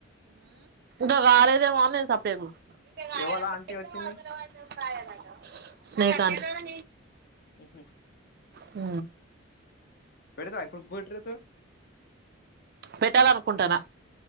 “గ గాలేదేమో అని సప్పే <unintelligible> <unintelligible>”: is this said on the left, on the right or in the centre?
Right